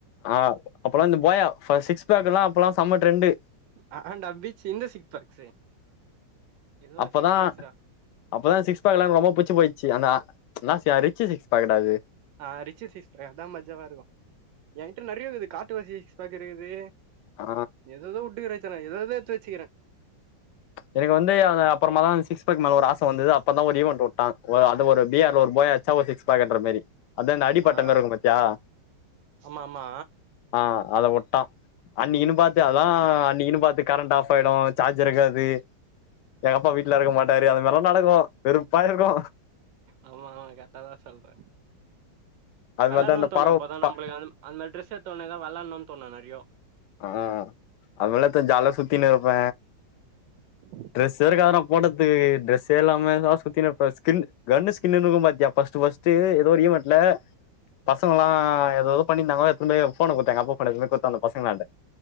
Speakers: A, on the left; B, on the right.
A: ஆ அப்பெல்லா இந்த போயா சிக்ஸ் பேக்ல்லா அப்பல்லா சம்ம ட்ரெண்டு
B: ஆ அ டா பீச்சு இந்த சிக் பேக்ஸு ஏதோ
A: அப்பதா
B: ஒரு சிக்ஸ் பேக்ஸ்டா
A: அப்பதா சிக்ஸ் பாக்கலா எனக்கு ரொம்ப புச்சி போயிச்சு அந்தா நா சயா ரிச்சி சிக்ஸ் பேக்குடா அது
B: ஆ ரிச்ச சீஸ்பேக்தா மஜாவா இருக்கு என்கிட்ட நறைய இது காட்டு வாசி சிகஸ்பேக் இருக்குது
A: ஆ
B: ஏது ஏதோ உட்டு கரைச்சோ ஏத எத்து வச்சுக்கிற
A: எனக்கு வந்து அப்புறமா தா சிக்ஸ் ஒரு ஆசவந்தது அப்புறோதா ஒரு ஈவெண்ட் விட்டா ஒரு அது ஒரு பிஆர் ஒரு போயா ச்சா சிக்ஸ்பேக்குன்ற மாரி அத அடிபட்ட
B: ஆ
A: மாரி இருக்கு பாத்தியா
B: ஆமா ஆமா
A: ஆ அத ஒட்டா அன்னைக்குன்னு பாத்து அதா அன்னைக்குன்னு பாத்து கரண்ட் ஆஃப் ஆயிடு சார்ஜர் இருக்காது எங்க அப்பா வீட்டல இருக்க மாட்டாரு அந்த மேர்ல்லா நடக்கு வெருப்பா இருக்கு
B: ஆமா ஆமா கரெக்டா தா சொல்ற
A: அது
B: வெளாடணுன்
A: மாரிதா இந்த
B: தோண
A: பறவ
B: அப்போதா
A: ப
B: நம்மளுக்கு வந்து அந்த மாரி ட்ரெஸ் எத்தோனேதா வெளாட்னுன் தோணு நறைய
A: ஆ அதுமால எத்தா ஜால்யா சுத்தினு இருப்ப
B: <unintelligible>
A: ட்ரெஸ்ஸே இருக்காதாடா போடதுக்கு டிரெஸ்ஸே இல்லாம சுத்தினு இப்ப ஸ்கின் கு கின்கும் பாத்தியா ஃபஸ்ட் ஃபஸ்ட் தே ஏதோ ஒரு இவன்ட்ல பசங்களலா ஏதேதோ பண்ணிதாங்கோ எத்துனு போய் எ ஃபோன குடுத்த எங்க அப்பா ஃபோன எத்துனு போய் குடுத்தா அந்த பசங்களாண்ட